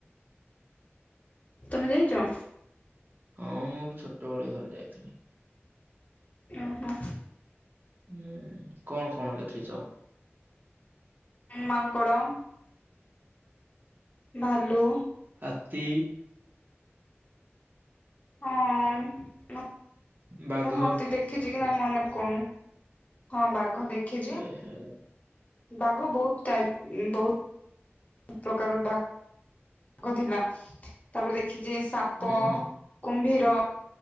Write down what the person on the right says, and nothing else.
ହଁ ମୁଁ ବି ଛୋଟବେଳେ ଥରେ ଯାଇଥିଲି।
ହୁଁ କଣ କଣ ଦେଖିଛ?
ହାତୀ
ବାଘ
ଓ ହୋ।
ଉଁ ହୁଁ